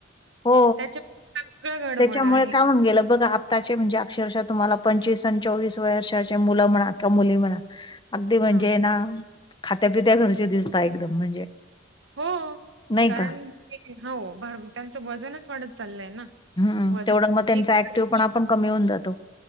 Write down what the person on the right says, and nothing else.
त्याच्यामुळे सगळं गडबड
आहे.
हं,
हो
कारण
किती हा हो फार त्यांचं वजनच वाढत चाललंय ना.
वजन
कमी
करणं